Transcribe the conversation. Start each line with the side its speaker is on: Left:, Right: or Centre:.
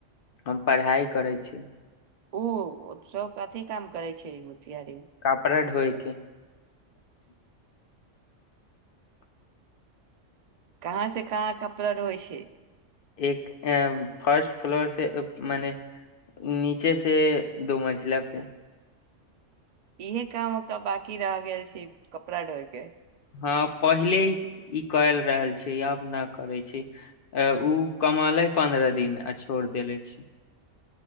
Left: हम पढ़ाई करै छ
Right: ओ ओ सब कथी काम करै छै मतियार
Left: कपड़ा दोइके <inaudible>
Right: कहाँ से कहाँ कपड़ा रहै छियै
Left: एक एं फर्स्ट फ्लोर से मने नीचे से दो मंजिला पे
Right: इहे काम ओ तऽ बाकी रहि गेल छै कपड़ा ढोइ के
Left: हँ पहिले ई के रहल छै आब नै करै छै अ ओ कमाले पन्द्रह दिन आ छोड़ देेलै छी